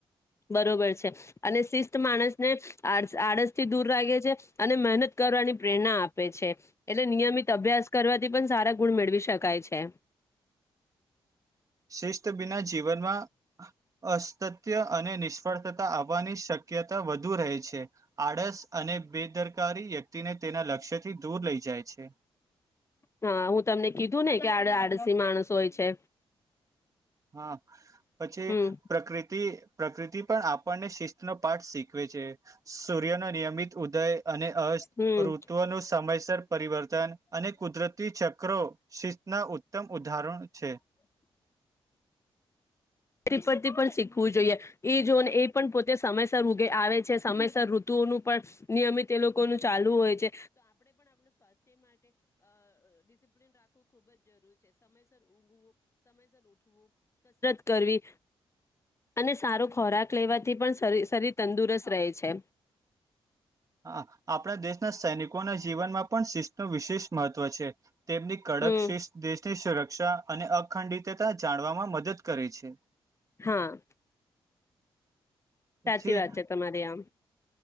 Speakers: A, on the left; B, on the right.
A: બરોબર છે અને શિસ્ત માણસને આ આળસથી દૂર રાગે છે અને મહેનત કરવાની પ્રેરણા આપે છે. એટલે નિયમિત અભ્યાસ કરવાથી પણ સારા ગુણ મેળવી શકાય છે.
B: શિસ્ત બિના જીવનમાં અસ્તત્ય અને નિષ્ફળતાતા આવવાની શક્યતા વધુ રહે છે. આળસ અને બેદરકારી વ્યક્તિને તેના લક્ષ્યથી દૂર લઈ જાય છે.
A: હા હું તમને કીધું ને કે આડ આડસી માણસ હોય છે.
B: હા પછી
A: હમ
B: પ્રકૃતિ પ્રકૃતિ પણ આપણને શિસ્ત નો પાઠ શીખવે છે. સૂર્ય નો નિયમિત ઉદય અને અસ્ત
A: હમ
B: ઋતુઓનું સમયસર પરિવર્તન અને કુદરતી શિસ્ના ઉત્તમ ઉ ધારણ છે.
A: <unintelligible> પરથી પણ શીખવું જોઈએ એ જો એ પણ પોતે સમયસર ઊગે આવે છે સમયસર ઋતુઓનું પણ નિયમિત એ લોકોનું ચાલુ હોય છે. કરવી અને સારો ખોરાક લેવાથી પણ શરીર શરીર તંદુરસ્ત રહે છે.
B: હ આપણા દેશના સૈનિકોના જીવનમાં પણ શિષ નું વિશેષ મહત્વ છે. તેમની કડક
A: હમ
B: શિષ દેશની સુરક્ષા અને અખંડિતતા જાણવામાં મદદ કરે છે.
A: હા.
B: પછી
A: સાચી વાત છે તમારી આમ.